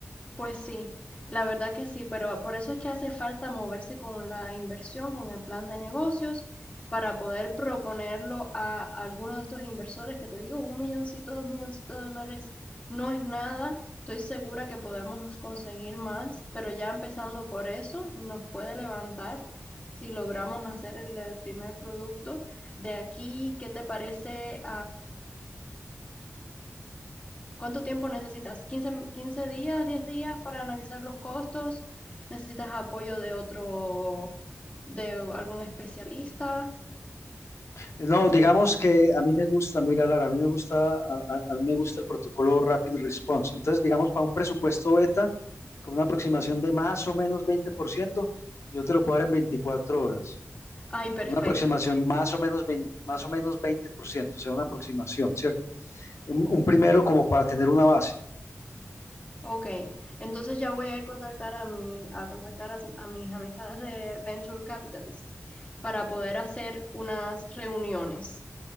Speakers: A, on the left; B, on the left.
A: Pues sí, la verdad que sí, pero por eso es que hace falta moverse con la inversión, con el plan de negocios, para poder proponerlo a alguno de estos inversores que te digo, un milloncito, dos milloncitos de dólares no es nada. Estoy segura que podemos conseguir más, pero ya empezando por eso nos puede levantar si logramos hacer el eh, primer producto. De aquí, ¿qué te parece? ¿Cuánto tiempo necesitas? ¿15, 15 días, 10 días para analizar los costos? ¿Necesitas apoyo de otro, de algún especialista?
B: No, digamos que a mí me gusta, mira, Lara, a mí me gusta, a, a a mí me gusta el protocolo Rapid Response. Entonces, digamos, para un presupuesto beta, con una aproximación de más o menos 20% yo te lo puedo dar en 24 horas.
A: Ay, perfecto.
B: Con una aproximación Ok. más o menos veinte más o menos 20%, o sea, una aproximación, ¿cierto? Un, un primero como para tener una base.
A: Ok, entonces ya voy a ir contactar a mi, a contactar a, a mis amistades de Venture Capitalist para poder hacer unas reuniones.